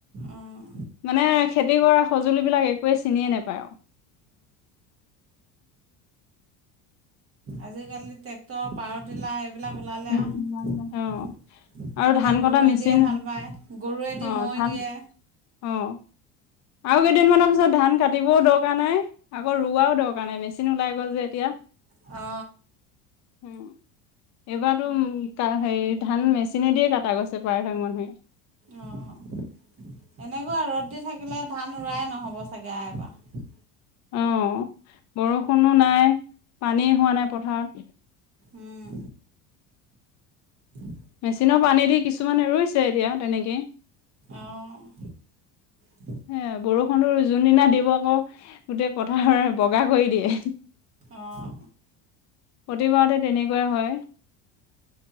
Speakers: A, on the right; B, on the left.
A: অঁ
B: মানে খেতি কৰা সঁজুলিবিলাক এক। <inaudible> চিনিয়ে নোপায় আও।
A: আজিকালি ট্ৰেক্টৰ পাৱাৰ টিলাৰ। বিলাক ওলালে
B: উম,
A: আও আগতে
B: অ', আৰু ধান কটা
A: গৰুৱে
B: মেচিন
A: দিয়ে হাল বায়, গৰুৱে
B: অ',
A: দি মৈ
B: ধান
A: দিয়ে।
B: অ', আৰু কেইদিনমানৰ পিছত ধান কাটিবও দৰকাৰ নাই, আকৌ ৰোৱাও দৰকাৰ নাই মেচিন ওলাই গ'ল যে এতিয়া।
A: অ।
B: উম। এইবাটো কাঁ হেই ধান মেচিনে দিয়ে কাট। কাগজছে পায় <unintelligible>
A: অ', এনেকুৱা ৰ'দ দি থাকিলে ধান ৰোৱাই নহ'ব চাগে এবাৰ।
B: অ', বৰষুণো নাই, পানী হোৱা নাই পথাৰত।
A: উম। <inaudible>
B: মেচিনৰ পানী দি কিছুমানে ৰুইছে এতিয়া তেনেকেই।
A: অ। <inaudible>
B: হে বৰষুণৰ যোনদিনা দিব আকৌ। গোটেই পথাৰ বগা। কৰি দিয়ে।
A: অঁ
B: প্ৰতিবাৰতে তেনেকুৱাই হয়,